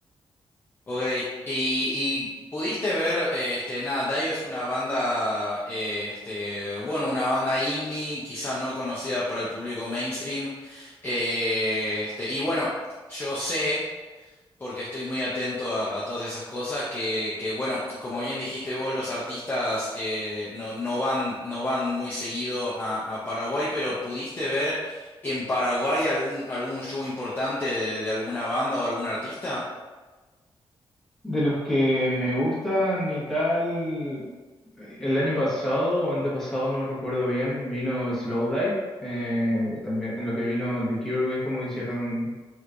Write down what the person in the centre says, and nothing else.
De los que me gustan y tal, el año pasado o antepasado, no recuerdo bien, vino Slowdive, eh, también en lo que vino The Cure, es como hicieron